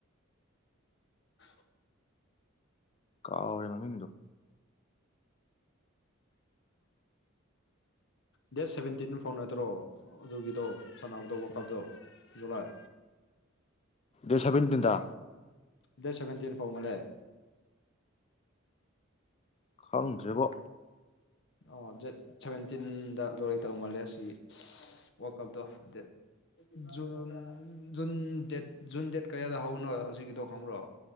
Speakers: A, on the left; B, on the left.
A: <unintelligible>
B: ꯀꯥꯎꯔꯦ ꯃꯃꯤꯡꯗꯣ <unintelligible>
A: ꯗꯦꯠ ꯁꯚꯦꯟꯇꯤꯟ ꯐꯥꯎ ꯅꯠꯇ꯭ꯔꯣ ꯑꯗꯨꯒꯤꯗꯣ ꯁꯅꯥꯅꯕꯗ ꯋꯥꯀꯞꯗꯣ ꯖꯂꯥꯏ
B: ꯗꯦꯁꯕꯤꯤꯟ ꯇꯤꯟꯇ
A: ꯗꯦꯠ ꯁꯚꯦꯟꯇꯤꯟ ꯐꯥꯎꯕꯂꯦ
B: ꯈꯪꯗ꯭ꯔꯦꯕꯣ
A: ꯑꯣ ꯗꯦꯠ ꯁꯚꯦꯟꯇꯤꯟꯗ ꯂꯣꯏ ꯇꯧ ꯃꯥꯜꯂꯦ ꯁꯤ ꯋꯥꯔꯀꯞꯇꯣ ꯗꯦꯠ ꯖꯟ ꯖꯨꯟ ꯗꯦꯠ ꯖꯨꯟ ꯗꯦꯠ ꯀꯌꯥꯗ ꯍꯧꯅꯣ ꯍꯧꯖꯤꯀꯤꯗꯣ ꯈꯪꯕ꯭ꯔꯣ